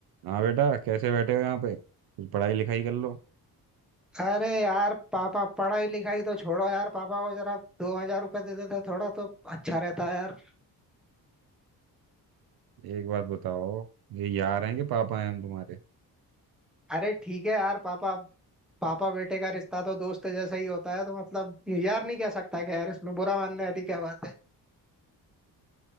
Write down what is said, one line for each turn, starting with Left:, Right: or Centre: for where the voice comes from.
Right: हाँ बेटा कैसे बैठे हो यहाँ पे कुछ पढ़ाई लिखाई कर लो
Centre: अरे यार पापा पढ़ाई लिखाई तो छोड़ो यार पापा को जरा दो हजार रुपये दे देते थोड़ा तो अच्छा रहता है यार
Right: एक बात बताओ ये यार हैं कि पापा हैं हम तुम्हारे
Centre: अरे ठीक है यार पापा पापा बेटे का रिश्ता तो दोस्त जैसा ही होता है तो मतलब यार नहीं कह सकता कि यार इसमें बुरा मानने वाली क्या बात है